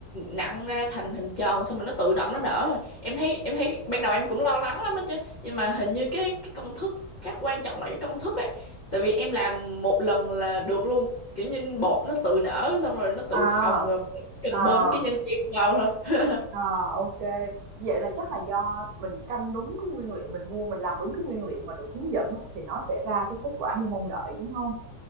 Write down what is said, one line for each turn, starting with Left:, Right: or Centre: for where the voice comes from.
Left: nặn ra thành hình tròn xong rồi nó tự động nó nở rồi. Em thấy em thấy ban đầu em cũng lo lắng lắm á chứ. Nhưng mà hình như cái cái công thức rất quan trọng là cái công thức ấy. Tại vì em làm một lần là được luôn. Kiểu như bột nó tự nở xong rồi nó tự
Right: À,
Left: phồng rồi cần
Right: à
Left: bơm cái nhân kem vào thôi.
Right: À, OK. Vậy là chắc là do mình canh đúng cái nguyên liệu mình mua, mình làm đúng cái nguyên liệu mà được hướng dẫn á, thì nó sẽ ra cái kết quả như mong đợi, đúng không?